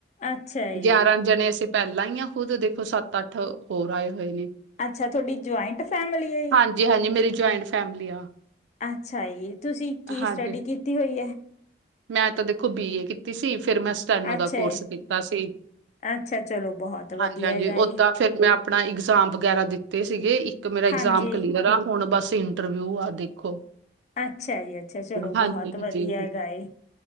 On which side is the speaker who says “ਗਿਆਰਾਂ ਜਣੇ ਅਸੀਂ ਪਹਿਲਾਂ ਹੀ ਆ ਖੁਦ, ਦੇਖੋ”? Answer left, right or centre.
Right